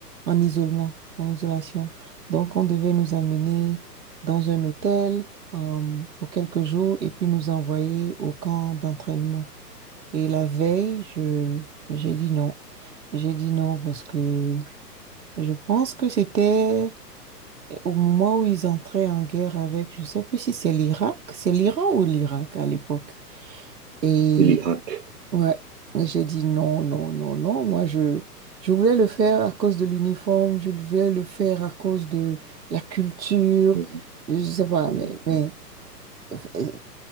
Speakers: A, on the right; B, on the right.
A: en isolement, en isolation. Donc, on devait nous amener dans un hôtel euh, pour quelques jours et puis nous envoyer au camp d'entraînement. Et la veille, je, j'ai dit non. J'ai dit non parce que je pense que c'était au moment où ils entraient en guerre avec, je ne sais plus si c'est l'Irak, c'est l'Iran ou l'Irak à l'époque. Et
B: L'Irak.
A: Ouais. Et j'ai dit non, non, non, non. Moi, je, je voulais le faire à cause de l'uniforme, je voulais le faire à cause de la culture,
B: Mhm,
A: je sais pas,
B: mhm.
A: mais, mais euh,